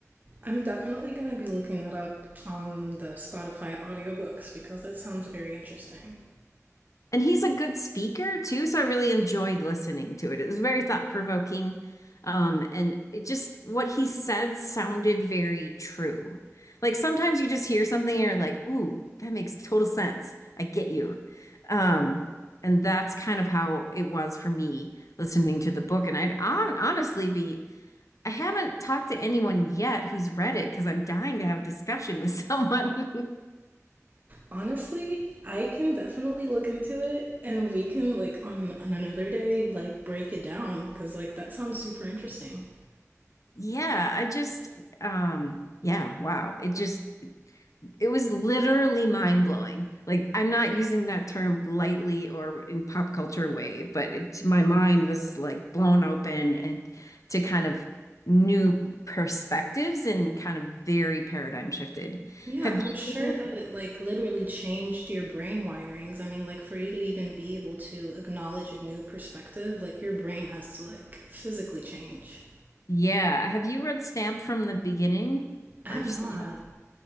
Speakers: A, on the right; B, on the left.
A: I'm definitely going to be looking that up on the Spotify audiobooks because that sounds very interesting.
B: And he's a good speaker too, so I really enjoyed listening to it. It was very thought-provoking. Um, and it just what he said sounded very true. Like sometimes you just hear something and you're like, ooh, that makes total sense. I get you. Um, and that's kind of how it was for me listening to the book. And I'd hon- honestly be, I haven't talked to anyone yet who's read it because I'm dying to have a discussion with <laughs> someone. <laughs>
A: Honestly, I can definitely look into it and we can, like, on, on another day, like, break it down because, like, that sounds super interesting.
B: Yeah, I just, um, yeah, wow. It just It was literally mind blowing. Like, I'm not using that term lightly or in pop culture way, but it, my mind was like blown open and to kind of new perspectives and kind of very paradigm shifted.
A: Yeah,
B: Have you,
A: I'm sure that it, like, literally changed your brain wirings. I mean, like, for you to even be able to acknowledge a new perspective, like, your brain has to, like, physically change.
B: yeah, have you read Stamped from the beginning
A: I have
B: or Stamped?
A: not.